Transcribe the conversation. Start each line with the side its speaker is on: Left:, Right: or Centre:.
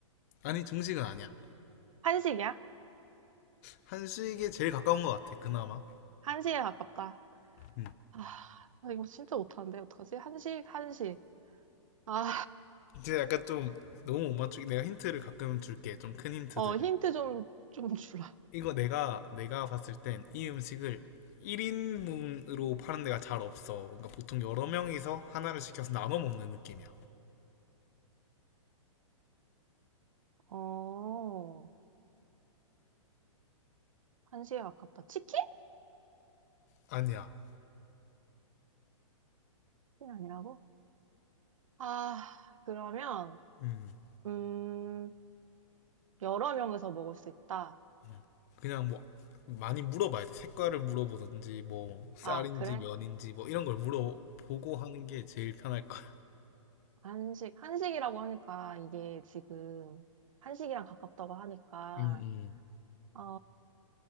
Left: 아니, 중식은 아니야.
Right: 한식이야?
Left: 한식에 제일 가까운 것 같아, 그나마.
Right: 한식에 가깝다.
Left: 음.
Right: 아, 나 이거 진짜 못하는데, 어떡하지? 한식, 한식. 아,
Left: 이제 약간 좀 너무 못 맞추기. 내가 힌트를 가끔 줄게. 좀 큰 힌트들은
Right: 어, 힌트 좀, 좀 주라.
Left: 이거 내가, 내가 봤을 땐 이 음식을 1인분으로 파는 데가 잘 없어. 그러니까 보통 여러 명이서 하나를 시켜서 나눠 먹는 느낌이야.
Right: 어, 한식에 가깝다. 치킨?
Left: 아니야.
Right: 이 아니라고? 아, 그러면,
Left: 음.
Right: 음, 여러 명에서 먹을 수 있다.
Left: 그냥 그냥 뭐 많이 물어봐야 돼. 색깔을 물어보든지 뭐 쌀인지
Right: 아, 그래?
Left: 면인지 뭐 이런 걸 물어보고 하는 게 제일 편할 거야.
Right: 한식, 한식이라고 하니까, 이게 지금, 한식이랑 가깝다고 하니까,
Left: 음, 음.
Right: 어,